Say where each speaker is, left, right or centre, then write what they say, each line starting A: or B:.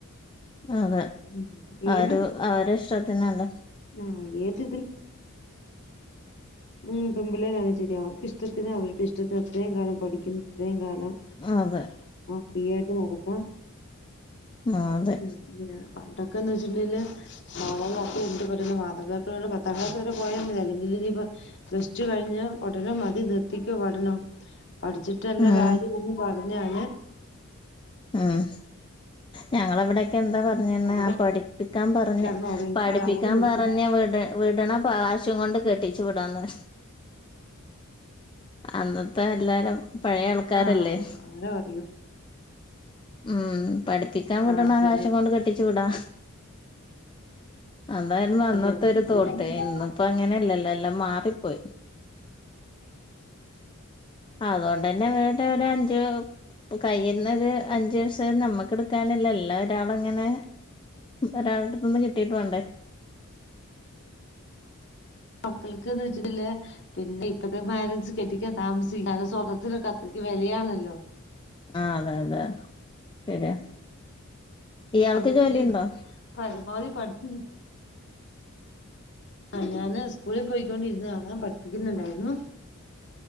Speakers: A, on the left; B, on the left.
A: അതെ
B: ഉം ഏത്
A: ആര് അവര് ഇഷ്ടത്തിനല്ലേ
B: ആഹ് ഏത് ഉ പെ പിള്ളേയിലാണ് ശരി അവർക്ക് ഇഷ്ടത്തിന് അവരുടെ ഇഷ്ടത്തിന് അത്രയും കാണും പഠിക്കുന്നത്രയും കാലം
A: അതെ
B: ഫ്രീ ആയിട്ട് നടക്കാം
A: ആ അതെ
B: ഉം അങ്ങനെയാണ് പണ്ടൊക്കെന്ന് വെച്ചിട്ടുണ്ടെങ്കില് <unintelligible> മാതാപതർക്ക് പത്താം ക്ലാസ് വരെ പോയാൽ മതി അല്ലെങ്കിൽ ഇ പ്ലസ് ടു കഴിഞ്ഞ ഉടനെ മതി നിർത്തി പഠണം പഠിച്ചിട്ടല്ല
A: ഉം
B: കാര്യംന്ന് പറഞ്ഞല്
A: ഉം ഞങ്ങളവിടെ ന്താ പറ
B: ഉം അവിടെ
A: പഠിപ്പിക്കാൻ പറഞ്ഞ
B: കിടന്നുറയും
A: പഠിപ്പിക്കാൻ
B: അത് അവിടെ നിർത്തി
A: പറഞ്ഞ് വിട വിട്ന്ന പാ വിച്ചും കൊണ്ട് കെട്ടിച്ചു വിടന്ന അന്നത്തെ എല്ലാരും പഴയ ആൾക്കാരല്ലേ
B: ആഹ് അങ്ങനെ പറയും
A: ഉം പഠിപ്പിക്കാൻ വിടണ
B: ആഹ് അതന്നെ
A: അവകാശം കൊണ്ട് കെട്ടിച്ചു വിടാ അതായിരുന്നു അന്നത്തെ
B: അതന്നെ
A: ഒരു തോട്ട് ഇന്നിപ്പോ അങ്ങനെയല്ലല്ലോ എല്ലാം മാറിപ്പോയി അതുകൊണ്ട് തന്നെ വേറെ ഒരു അഞ്ച് ഇപ്പൊ കൈയിരുന്നൊ ഒരു അഞ്ചു പൈസ നമ്മക്ക് എടുക്കാനില്ല എല്ലാ ഒരാള് അങ്ങനെ ഒരാളടത്തൊന്ന് കിട്ടിട്ട് വേണ്ടേ
B: മക്കൾക്ക്ന്ന് വെച്ചിട്ടില്ല പിന്നെ ഇപ്പത്തെ മാരൻസ് കെട്ടിക്കാൻ താമസിക്കാരണം സ്വർണ്ണത്തിന ക വിലയാണല്ലോ
A: ആഹ് അതെ അതെ ശരിയാ ഇയാൾക്ക്
B: അതുകൊണ്ട്ന്ന
A: ജോലിയുണ്ടോ
B: പരമാവധി പഠിച്ച ആ ഞാന് സ്കൂളിൽ പോയിക്കൊണ്ടിരുന്നതാണ് പഠിപ്പിക്കുന്നുണ്ടായിരുന്നു